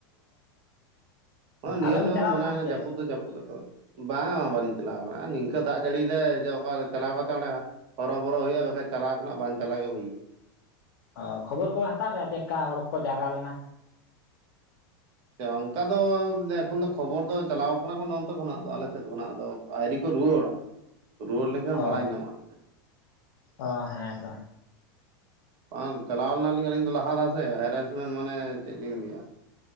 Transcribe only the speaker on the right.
ᱟᱪᱪᱷᱟ ᱱᱤᱭᱟᱹ
ᱫᱚ
ᱢᱟᱱᱟ
ᱡᱟᱹᱯᱩᱫ
ᱫᱚ ᱡᱟᱹᱯᱩᱫ ᱟᱠᱚ ᱵᱟᱝ ᱵᱟᱞᱤᱧ ᱪᱟᱞᱟᱣ ᱟᱠᱟᱱᱟ ᱱᱤᱝᱠᱟᱹ ᱫᱟᱜ ᱡᱟᱹᱲᱤᱭᱟᱭ ᱡᱮ ᱚᱠᱟ ᱪᱟᱞᱟᱣ ᱠᱟᱛᱮ ᱚᱸᱰᱮ ᱦᱚᱨᱚᱵᱚᱨᱚ ᱦᱩᱭᱩᱜᱼᱟ ᱵᱟᱠᱷᱟᱡ ᱪᱟᱞᱟᱣ ᱠᱷᱚᱱᱟᱜ ᱵᱟᱝ ᱪᱟᱞᱟᱜ ᱜᱮ ᱵᱳᱜᱷᱤᱭᱟ
ᱚᱱᱠᱟ ᱫᱚ ᱮᱠᱷᱚᱱ ᱫᱚ ᱠᱷᱚᱵᱚᱨ ᱫᱚ ᱪᱟᱞᱟᱣ ᱠᱟᱱᱟ ᱚᱱᱛᱮ ᱠᱷᱚᱱᱟᱜ ᱫᱚ ᱟᱞᱮ ᱥᱮᱫ ᱠᱷᱚᱱᱟᱜ ᱫᱚ ᱟᱹᱨᱤ ᱠᱚ ᱨᱩᱣᱟᱹᱲᱟ ᱨᱩᱣᱟᱹᱲ ᱞᱮᱱᱠᱷᱟᱱ
ᱵᱟᱲᱟᱭ ᱧᱟᱢᱚᱜᱼᱟ
ᱵᱟᱝ ᱪᱟᱞᱟᱣ ᱞᱮᱱᱟᱞᱤᱧ ᱟᱹᱞᱤᱧ ᱫᱚ ᱞᱟᱦᱟ ᱨᱮ ᱥᱮ ᱦᱮᱨᱮᱥᱢᱮᱱᱴ ᱢᱟᱱᱮ ᱪᱮᱫ ᱞᱤᱧ ᱞᱟᱹᱭᱟ